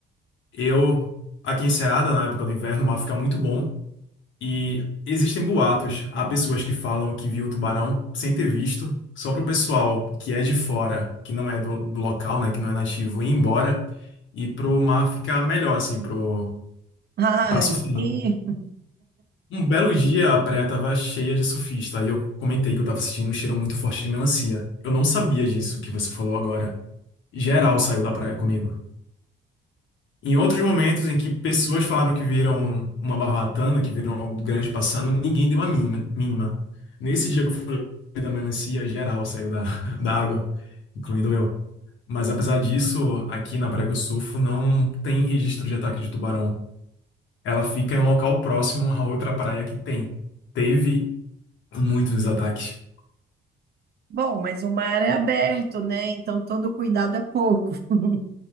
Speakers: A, on the left (about 75°); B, on the right (about 55°).
A: Eu, aqui em Ceada, na época do inverno, o mar fica muito bom E existem boatos. Há pessoas que falam que viu o tubarão sem ter visto, só para o pessoal que é de fora, que não é do, do local, né, que não é nativo, ir embora e pro mar ficar melhor, assim, pro,
B: Ai,
A: pra surfar.
B: que...
A: Um belo dia a praia tava cheia de surfista, aí eu comentei que eu tava sentindo um cheiro muito forte de melancia. Eu não sabia disso que você falou agora. Geral saiu da praia comigo. Em outros momentos em que pessoas falaram que viram uma barbatana, que viram algo grande passando, ninguém deu a mínima. mínima. Nesse dia que eu falei da melancia, geral saiu da, <laughs> da água, incluindo eu. Mas apesar disso, aqui na Praia que eu surfo não tem registro de ataque de tubarão. Ela fica em um local próximo a outra praia que tem. Teve muitos ataques.
B: Bom, mas o mar é aberto, né? Então todo cuidado é pouco. <laughs>